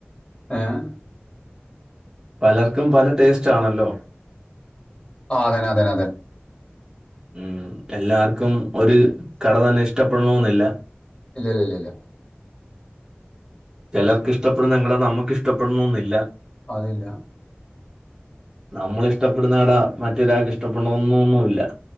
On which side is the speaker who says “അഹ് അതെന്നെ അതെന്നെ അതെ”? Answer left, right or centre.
Left